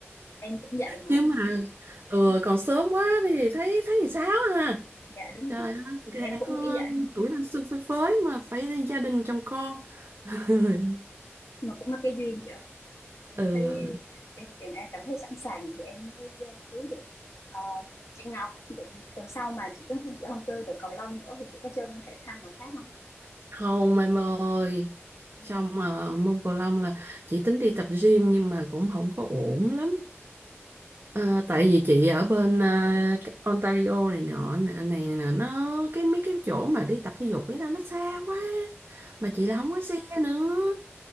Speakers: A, on the left; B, on the right.
A: em cũng vậy mà
B: chứ mà
A: nhưng mà
B: ừ,
A: ừ,
B: còn sớm quá thì thấy thấy làm sao ha
A: dạ đúng
B: trời
A: rồi
B: ơi
A: thì em
B: đang
A: cũng
B: có
A: nghĩ vậy
B: tuổi thanh xuân phơi phới mà phải gia đình chồng con <laughs>
A: mà cũng là cái duyên chị ơi em
B: ừ.
A: thấy cái trường em cảm thấy sẵn sàng thì em mới ờ, cưới được Ờ, chị Ngọc chị từ sau mà chị Trấn Xuân chị không chơi được cầu lông nữa thì chị có chơi môn thể thao nào khác không
B: Hồng em ơi
A: Ừ.
B: xong mà môn cầu lông là chị tính đi tập gym nhưng mà cũng không có ổn lắm Ờ, tại vì chị ở bên ờ, cái Ontario này nọ này, này nè, nó cái mấy cái chỗ mà đi tập thể dục với tao nó xa quá mà chị là không có xe nữa